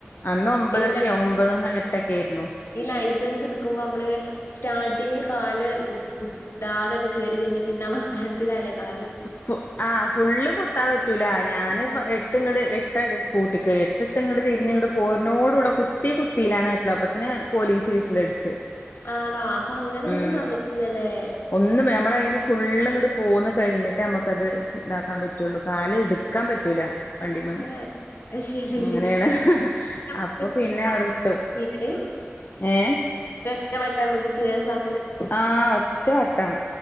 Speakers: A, on the left (about 50°); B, on the left (about 70°).
A: അന്ന് ഒമ്പതൊക്കെ
B: ഈ ലൈ
A: ഒമ്പതും എട്ടൊക്കെ ആയിരുന്നു.
B: ഈ ലൈസൻസ് എടുക്കുമ്പോ നമ്മള് സ്റ്റാർട്ടിങ്ങില് കാല് കുത്ത് കുത്താതെ ആട്ട് കേറി കഴിഞ്ഞാ പിന്നെ അവസാനത്തിലാല്ലേ കാല്
A: ഫു ആഹ് ഫുള്ള് കുത്താൻ പറ്റൂല ഞാന്
B: ആഹ്
A: ഫ എട്ട് എട്ട് ഇങ്ങട് എട്ടാടാ സ്കൂട്ടിക്ക് എട്ടിട്ട് ഇങ്ങട് തിരിഞ്ഞിങ്ങട് പോരണോടു കൂടെ കുത്തി കുത്തിയില്ല എന്നായിട്ടുള്ളു അപ്പത്തിന് പോലീസ് വിസിലടിച്ച്
B: ആണോ അപ്പൊ അങ്ങനെ ഒന്നും
A: ഉം
B: സമ്മയ്ക്കൂല്ലല്ലേ
A: ഒന്നും ഞമ്മള് അയ്ന്ന് ഫുള്ളും ഇങ്ങട് പോന്ന് കഴിഞ്ഞിട്ടെ നമ്മക്കത് ശെ ഇതാക്കാൻ പറ്റു പറ്റുള്ളൂ കാല്
B: ഏഹ്
A: എട്ക്കാൻ പറ്റൂല വണ്ടീമ്മന്ന്
B: ഏഹ് അത് ശരി
A: ഉം അങ്ങനെയാണ്
B: നമുക്ക്
A: അപ്പൊ പിന്നെ അവിടെ ഇട്ടു
B: <unintelligible>
A: ഏഹ്
B: ഒറ്റ വട്ടെ നമ്മക്ക് ചെയ്യാൻ സമ
A: ആഹ് ഒറ്റ വട്ടം